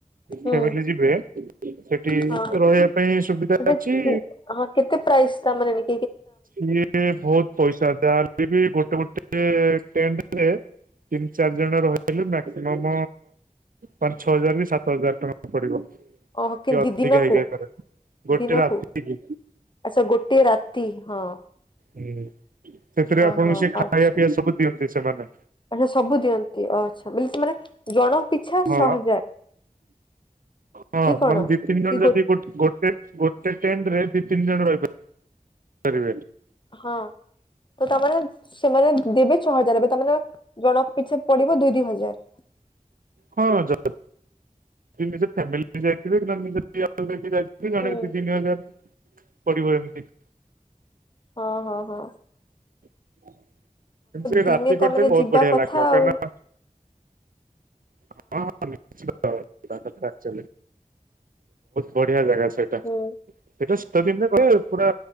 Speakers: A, on the left; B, on the right.
A: ହୁଁ
B: ଫ୍ୟାମିଲି ଯିବେ। ସେଠି
A: ହଁ
B: ରହିବା ପାଇଁ ସୁବିଧା
A: ସେଟା
B: ଅଛି।
A: ହଁ କେତେ ପ୍ରାଇସ୍ ତା ମାନେ ନି
B: ଇଏ ବହୁତ ପଇସା ଦେଲେ ବି ଗୋଟେ ଗୋଟେ ଟେଣ୍ଡରେ। ତିନି ଚାରି ଜଣ ରହିଲେ ମ୍ୟାକ୍ସିମମ୍ ପାଞ୍ଚ ଛଅ ହଜାର କି ସାତ ହଜାର ଟଙ୍କା ପଡିବ। କି
A: ଓହୋ
B: ଅଧିକା
A: ଦି ଦିନକୁ
B: ହେଇଯାଇ ପାରେ ଗୋଟେ
A: ଦିନକୁ
B: ରାତି କି।
A: ଆଚ୍ଛା ଗୋଟିଏ ରାତି ହଁ।
B: ହୁଁ ସେଥିରେ
A: ଓହୋ
B: ଆପଣଙ୍କୁ ସେ
A: ପାଞ୍ଚ
B: ଖାଇବା ପିଇବା ସବୁ ଦିଅନ୍ତି ସେମାନେ।
A: ଆଚ୍ଛା ସବୁ ଦିଅନ୍ତି ଓ ଆଚ୍ଛା ବି ସେ ମାନେ ଜଣଙ୍କ ପିଛା
B: ହଁ
A: ଛଅ ହଜାର।
B: ହଁ
A: କି କଣ?
B: ମାନେ ଦି ତିନି ଜଣ
A: କି
B: ଯଦି
A: ଗୋ
B: ଗୋଟ ଗୋଟେ। ଗୋଟେ ଟ୍ରେଣ୍ଡ ରେ ଦି ତିନି ଜଣ ରହିବ। ପାରିବେ।
A: ହଁ ତ ତାମାନେ ସେମାନେ ଦେବେ ଛଅ ହଜାରେ ତମର ଜଣଙ୍କ ପିଛା ପଡିବ ଦୁଇ ଦି ହଜାର୍।
B: ହଁ ଯ ଦି ନିଜ ଫ୍ୟାମିଲି ଯାଇଥିବେ କି ନିଜ <unintelligible> ଯାଇଥିବେ ଜଣେ
A: ହୁଁ।
B: ଦି ତିନି ହଜାର୍ ପଡିବ ଏମ୍ତି।
A: ହଁ-ହଁ-ହଁ।
B: <unintelligible>
A: ଦିନେ
B: ରାତି <unintelligible>
A: ତାମାନେ
B: ବହୁତ୍
A: ଯିବା
B: ବଢିଆ
A: କଥା
B: ଲାଗିବ,
A: ଆଉ
B: କଇଁନା <unintelligible> ସେ ବହୁତ୍ ବଢିଆ ଜାଗା ସେଇଟା।
A: ହଁ।
B: ସେଇଟା ଶୀତ ଦିନେ ଗଲେ ପୁରା